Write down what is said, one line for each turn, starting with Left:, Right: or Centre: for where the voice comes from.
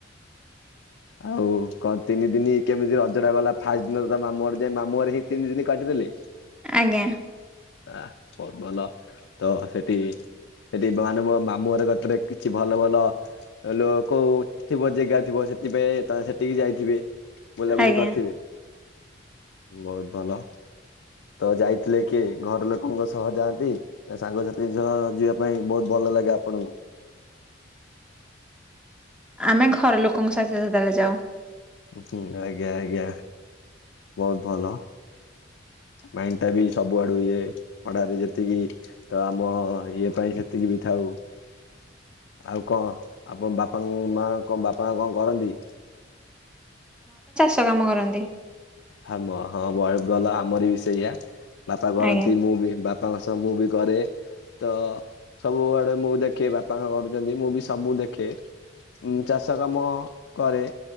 Left: ଆଉ କଣ ତିନି ଦିନ କେମିତି ରଜଟା ଗଲା ଫାଷ୍ଟ ଦିନ ତ ମାମୁଁ ଘର ଯାଇଁ ମାମୁଁ ଘରେ ହେଇ ତିନି ଦିନ କ କାଟି ଦେଲେ
Centre: ଆଜ୍ଞା।
Left: ଆ ବହୁତ ଭଲ ତ ସେଠି ସେଠି ମାନେ ମୋ ମାମୁଁ ଘର କତିରେ କିଛି ଭଲ ଭଲ ହେଲୋ କୋଉ ଥିବ ଜାଗା ଥିବ ସେ ସେଥିପାଇଁ ତା ସେଠିକି ଯାଇଥିବେ ବୁଲାବୁଲି
Centre: ଆଜ୍ଞା
Left: କରିଥିବେ ବହୁତ ଭଲ। ତ ଯାଇଥିଲେ କିଏ ଘର ଲୋକଙ୍କ ସହ ଯାଆନ୍ତି ସାଙ୍ଗସାଥି ସହ ଯିବା ପାଇଁ ବହୁତ ଭଲ ଭଲ ଲାଗେ ଆପଣଙ୍କୁ?
Centre: ଆମେ ଘର ଲୋକଙ୍କ ସାଥିରେ ସଦାବେଳେ ଯାଉ।
Left: ହୁଁ ଆଜ୍ଞା ଆଜ୍ଞା ବହୁତ ଭଲ। ମାଇଣ୍ଡ ଟା ବି ସବୁଆଡୁ ଇଏ ପଢାରେ ଯେତିକି ତ ଆମ ଇଏ ପାଇଁ ସେତିକି ବି ଥାଉ ଆଉ କଣ ଆପଣ ବାପାଙ୍କ ମା କଣ ବାପା କଣ କରନ୍ତି?
Centre: ତ କାମ କରନ୍ତି।
Left: ହମ ହଁ ବ ଭଲ ଆମରି ବି ସେଇଆ। ବାପା କରନ୍ତି
Centre: ଆଜ୍ଞା
Left: ମୁଁ ବି ବାପାଙ୍କ ସହ ମୁଁ ବି ଘରେ ତ ସବୁଆଡେ ମୁଁ ଦେଖେ ବାପା କଣ କରୁଚନ୍ତି ମୁଁ ବି ସବୁ ଦେଖେ। ହୁଁ ଚାଷ କାମ କରେ